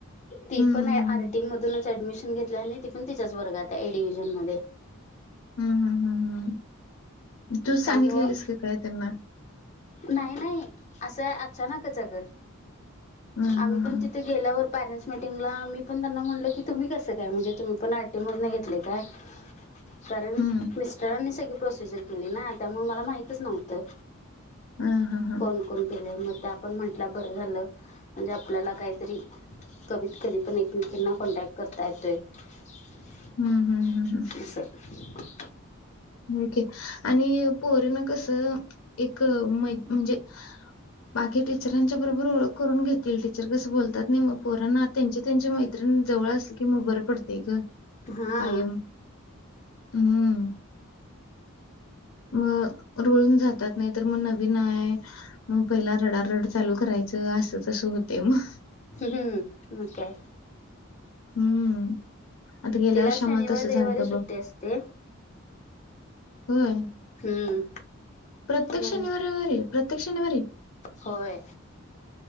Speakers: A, on the left; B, on the left.
A: ती
B: हं,
A: पण
B: हं,
A: आर्टिं
B: हं.
A: मधूनच ऍडमिशन घेतले आणि ती पण तिच्या च वर्गातआहे ए डिव्हिजन मध्ये.
B: हम्म हम्म हम्म हम्म तूच सांगितलेलंस
A: त्यामुळं
B: काय त्यांना?
A: नाही नाही असं अचानकच अग.
B: हां,
A: आम्ही
B: हां,
A: पण
B: हां.
A: तिथे गेल्यावर पॅरेंट्स मिटिंगला मी पण त्यांना म्हटलं की तुम्ही कस काय म्हणजे तुम्ही आर टी मधून घेतले काय.
B: <inaudible>
A: कारण
B: हं.
A: मिस्टरांनी सगळी प्रोसिजर केली ना त्यामुळे मला माहितच नव्हतं.
B: हां, हां, हां.
A: कोण कोण. केलंय मधुदा त्या आपण म्हटला बरं झालं म्हणजे आपल्याला काहीतरी कधीत कधी पण एकमेकांना कॉन्टॅक्ट करता येतोय. तस.
B: हं, हं, हं, हं. ओके आणि पोर ना कसं एक म्हणजे बाकी टीचरांच्या बरोबर ओळख करून घेतील टीचर कस बोलतात की नाही पोरांना त्यांच्या त्यांच्या मैत्रिणी जवळ असल की मग बरं पडते गं
A: हा
B: कायम. हम्. मग रुळून जातात नाही तर मग नवीन आहे. मग पहिला रडारड चालू करायचं असं तसं होते मग.
A: हम्म म ग का?
B: हम्म. आता गेल्या
A: तिला
B: वर्षी
A: शनिवार
B: आम्हाला तसं
A: रविवारी
B: झालतं
A: सुट्टी
B: बघ
A: असते.
B: होय
A: हम्म.
B: प्रत्येक
A: म्हण
B: शनिवार रविवारी? प्रत्येक शनिवारी
A: होय.